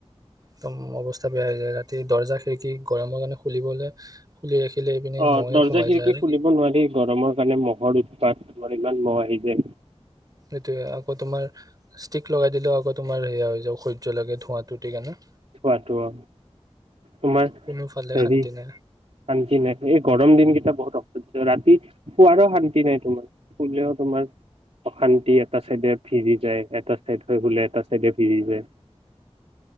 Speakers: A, on the right (about 35°); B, on the right (about 70°).
A: একদম অৱস্থা বেয়া হৈ যায় ৰাতি দৰ্জা খিৰিকী গৰমৰ কাৰণে খুলিবলৈ খুলি। ৰাখিলে এইপিনে
B: অ
A: মহে
B: দৰ্জা
A: সোমাই
B: খিৰিকি
A: যায় আৰু
B: খুলিব নোৱাৰি গৰমৰ কাৰণে মহ'ৰ উৎপাত। আৰু ইমান ম আহি যায়।
A: সেইটো য়ে আক, তোমাৰ ষ্টিক লগাই দিলেও আকৌ তোমাৰ সেয়া হৈ যাব অসহ্য লাগে ধোঁৱাটো সেইকাৰণে।
B: থোৱাটো অ। তোমাৰ
A: কোনোফালে
B: হেৰি
A: শান্তি নাই
B: শান্তি নাই, এই গৰম দিন কেইটা বহুত অসহ্য ৰাতি পুৱাৰো শান্তি। শান্তি নাই তোমাৰ শুলেওঁ তোমাৰ অশান্তি এটা চাইডে ভিজি যায় এটা চাইড হৈ শুলে এটা। তাকে ভিজি যাই